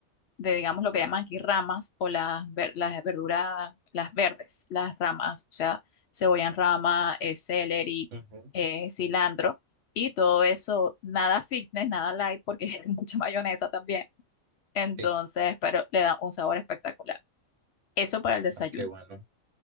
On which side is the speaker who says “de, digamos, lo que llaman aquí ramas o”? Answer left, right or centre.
Left